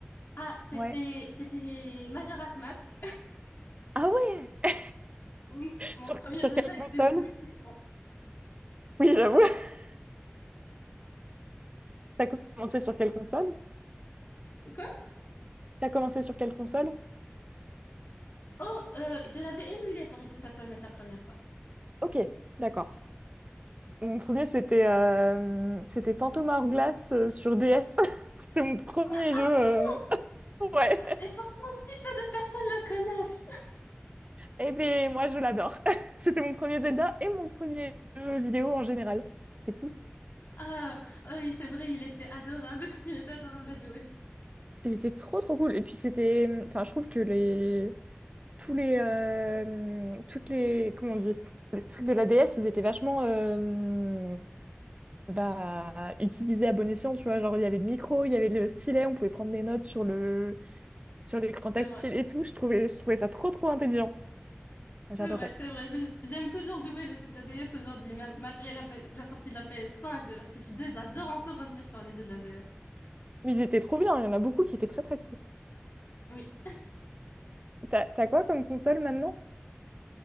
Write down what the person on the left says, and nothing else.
Ah, c'était
c'était Majora's Mask.
Oui, mon
premier
Zelda
était le plus flippant.
Quoi?
Oh, euh, je l'avais émulé pour être tout à fait honnête la première fois.
Ah
bon?
Et pourtant, si peu de personnes le connaissent.
Ah, oui, c'est vrai, il était adorable. <laughs> Il était adorable à jouer.
C'est vrai.
C'est vrai, c'est vrai. Je- J'aime toujours jouer les jeux de la DS aujourd'hui, même malgré la, P- la sortie de la PS5, de la Switch 2. J'adore encore revenir sur les jeux de la DS.
Oui.